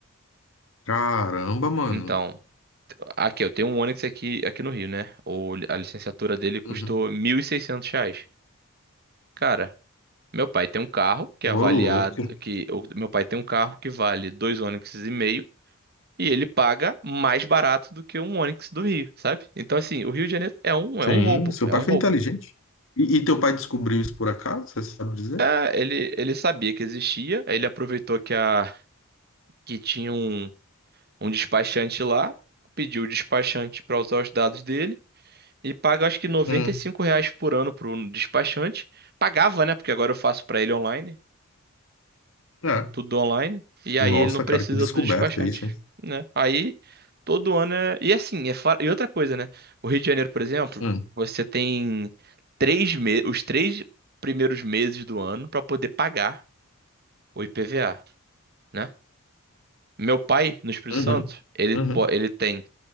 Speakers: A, on the left; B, on the right.
A: Caramba, mano.
B: Então, aqui, eu tenho um Onix aqui, aqui no Rio, né? O, a licenciatura dele custou
A: Uhum.
B: 1.600 reais. Cara, Meu pai tem um carro que
A: Ô,
B: é avaliado,
A: louco.
B: que o- meu pai tem um carro que vale dois Onix e meio e ele paga mais barato do que um Onix do Rio, sabe? Então assim, o Rio de Janeiro é um é
A: Sim,
B: um roubo,
A: seu
B: é
A: pai
B: um
A: foi
B: roubo.
A: inteligente. E, e teu pai descobriu isso por acaso, você sabe dizer?
B: É, ele ele sabia que existia, aí ele aproveitou que a que tinha um um despachante lá, pediu o despachante para usar os dados dele e paga acho que noventa
A: Hum,
B: e cinco reais por ano pro despachante. Pagava, né? Porque agora eu faço para ele online.
A: é.
B: tudo online, e aí
A: Nossa,
B: ele não precisa
A: cara, que descoberta
B: do despachante,
A: isso, hein?
B: né? Aí todo ano é. E assim, é fora... e outra coisa, né? O Rio de Janeiro, por exemplo,
A: Hum,
B: você tem três meses, os três primeiros meses do ano para poder pagar o IPVA, né? Meu pai, no Espírito
A: uhum,
B: Santo, ele,
A: uhum.
B: po- ele tem